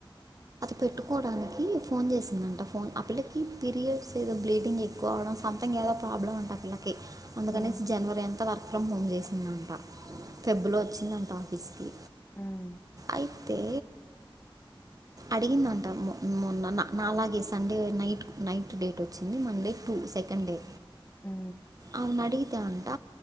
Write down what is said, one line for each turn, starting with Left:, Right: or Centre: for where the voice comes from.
Right: పెట్టుకోవడానికి ఫోన్ చేసిందంట ఫోన్ ఆ పిల్లకి పీరియడ్స్ ఏదో బ్లీడింగ్ ఎక్కువ అవడం సంథింగ్ దో ప్రాబ్లం ఉంటది పిల్లకి అందుకనే
Left: హ్మ్
Right: జనవరి అంత అత్త వర్క్ ఫ్రమ్ హోమ్ చేసిందంట ఫిబులో వచ్చిందంట ఆఫీస్కి
Left: హ్మ్
Right: అయితే ఐ మొన్న నలాగే సండే నైట్ నైట్ డేట్ వచ్చింది మండే టూ సెకండ్ డే
Left: ఉ
Right: ఆమెను అడిగితే అంట